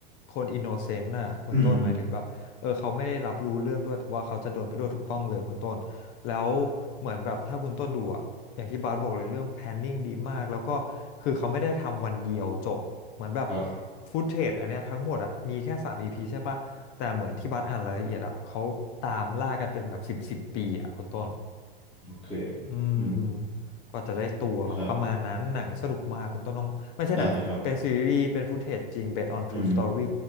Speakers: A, on the left; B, on the left.
A: คนอินโนเซนต์น่ะคุณต้นหมายถึงแบบเออเขาไม่ได้รับรู้เรื่องด้วยแต่ว่าเขาจะโดนไปด้วยถูกต้องเลยคุณต้นแล้วเหมือนแบบถ้าคุณต้นดูอ่ะอย่างที่บาสบอกเลยเรื่อง
B: อืม
A: planning ดีมากแล้วก็คือเขาไม่ได้ทำวันเดียวจบเหมือนแบบ
B: ครับ
A: ฟุตเทจอันเนี้ยทั้งหมดอ่ะมีแค่สามอีพีใช่ปะแต่เหมือนที่บาสอ่านรายละเอียดอ่ะเขาตามล่ากันเป็นแบบสิบสิบปีอ่ะคุณต้น
B: โอเค
A: อืม
B: อืม
A: กว่าจะได้ตัวประมาณนั้นหนังสนุกมากคุณต้องต้องไม่ใช่หนังเป็นซีรีส์เป็นฟุตเทจจริง
B: ครับได้ครับ
A: based on
B: อืม
A: true story